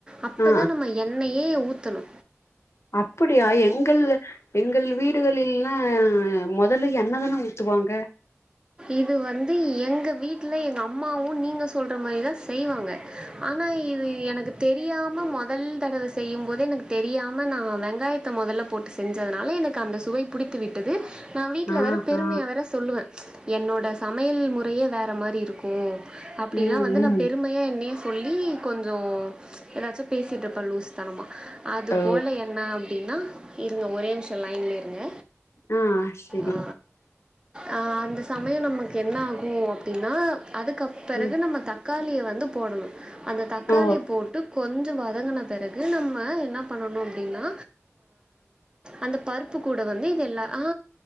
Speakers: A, on the right (about 20°); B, on the left (about 65°).
A: அப்ப
B: ஆ
A: தா நம்ம எண்ணெயே ஊத்தணு
B: அப்டியா எங்கள் எங்கள் வீடுகளில்லா முதல்ல எண்ணதானே ஊத்துவாங்க
A: இது வந்து எங்க வீட்ல எங்க அம்மாவு நீங்க சொல்ற மாரிதா செய்வாங்க ஆனா இது எனக்கு தெரியாம முதல் தடவை செய்யு போதே எனக்கு தெரியாம நா வெங்காயத்த முதல்ல போட்டு செஞ்சதுனால எனக்கு அந்த சுவை பிடித்து விட்டது நா வீட்ல
B: ஆ
A: வேற பெருமையா
B: ஆ
A: வேற சொல்லுவே என்னோட சமையல் முறையே வேற மாரி இருக்கு ம் அப்டிலா
B: ம்
A: வந்து
B: ம்
A: நா பெரு பெருமைய என்னையே சொல்லி கொஞ்ச ஏதாச்சி பேசிட்டு இருப்பே லூஸ் அது
B: ஓ
A: போல என்ன அப்டின்னா இருங்க ஒரே நிமிஷம் லைனில்லே இருங்க
B: ம் சேரி
A: ஆ ஆ அந்த சமய நமக்கு என்ன ஆகும் அப்டின்னா அதுக்கு அப் பிறகு
B: ம்
A: நம்ம தக்காளிய வந்து போடணு அந்த தக்காளி
B: ஓ
A: போட்டு கொஞ்சோ வத க்கன பிறகு நம்ம என்ன பண்ணணு அப்டின்னா அந்த பருப்பு கூட வந்து இத எல்லா ஆ